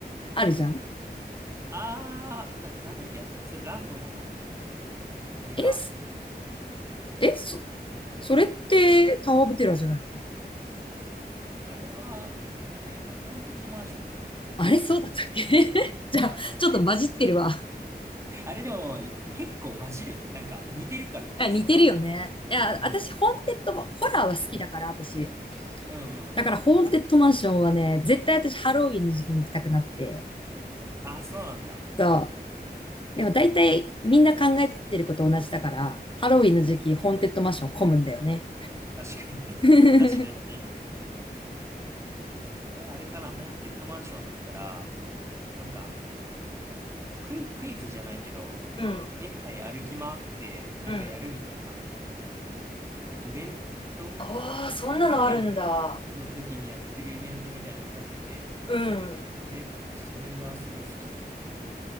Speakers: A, on the left; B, on the right.
A: あるじゃん
B: あー、な、なんだっけ、あの、それランドの、あれか、
A: え、す
B: じゃなかったっけ。
A: え、そ、それって、タワーオブテラーじゃないの
B: あれは、えっと、ホーンテッドマンションじゃないかな。
A: あれ、そうだったっけ <laughs> じゃあ、
B: そうあの、
A: ちょっと混じってるわ。
B: へあれでも結構混じる。なんか似てるからテイストが。
A: いや、似てるよね。いや、
B: うん。
A: 私、ホーンテッドも、ホラーは好きだから、私。
B: うんうんうん。
A: だから、ホーンテッドマンションはね、絶対私、ハロウィンの時期に行きたくなって、
B: あ、そうなんだ。
A: そう。でも大体みんな考えてること同じだから、ハロウィンの時期、
B: うん
A: ホーンテッドマンション混むんだよね。
B: 確かに
A: <laughs>
B: <laughs> 確かにね。これあれかな、ホーンテッドマンションだったら、なんか、あの、クイ、クイズじゃないけど、
A: うん、
B: 園内歩き回ってなんかやるみたいな
A: うん。
B: イベント
A: ああ、そんなのあるんだ。
B: ハロウィンの時にやってるイベントみたいなのがあって、
A: うん。
B: で、それがすごい好きだったかな。